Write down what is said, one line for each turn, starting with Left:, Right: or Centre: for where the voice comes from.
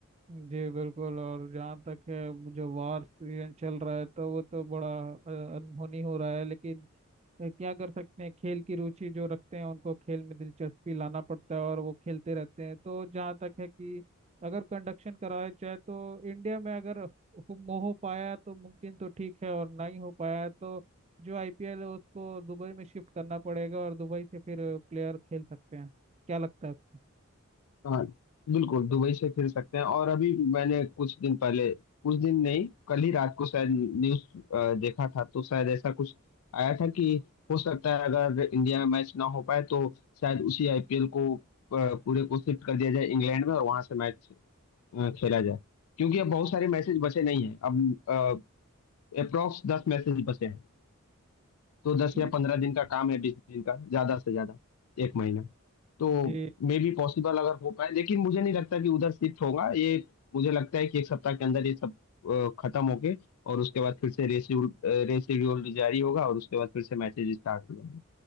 Right: जी बिल्कुल और जहाँ तक है जो वार सीजन चल रहा है तो वो तो बड़ा अ, अनहोनी हो रहा है लेकिन अ, क्या कर सकते हैं खेल की रुचि जो रखते हैं उनको खेल में दिलचस्पी लाना पड़ता है और वो खेलते रहते हैं तो जहाँ तक है कि अगर कंडक्शन कराया जाए तो इंडिया में अगर हो हो पाया तो मुमकिन तो ठीक है और नहीं हो पाया तो जो आईपीएल है उसको दुबई में शिफ्ट करना पड़ेगा और दुबई से फिर प्लेयर खेल सकते हैं क्या लगता है आपको
Left: हाँ बिल्कुल दुबई से खेल सकते हैं और अभी मैंने कुछ दिन पहले कुछ दिन नहीं कल ही रात को शायद न्यूज देखा था तो शायद ऐसा कुछ आया था कि हो सकता है अगर इंडिया में मैच ना हो पाए तो शायद उसी आईपीएल को अ, पूरे को शिफ्ट कर दिया जाए इंग्लैंड में और वहां से मैच अ, खेला जाए क्योंकि अब बहुत सारे मैसेज बचे नहीं हैं अब अप्रोक्स दस मैसेज बचे हैं तो
Right: जी
Left: दस या पंद्रह दिन का काम है बीस दिन का ज्यादा से ज्यादा एक महीना तो
Right: जी
Left: मे बी पॉसिबल अगर हो पाए लेकिन मुझे नहीं लगता कि उधर शिफ्ट होगा ये मुझे लगता है कि एक सप्ताह के अंदर ये सब अ, खत्म होके और उसके बाद फिर से रेशिड्यूल रेशिड्यूल जारी होगा और उसके बाद फिर से मैचेज स्टार्ट हो जाएंगे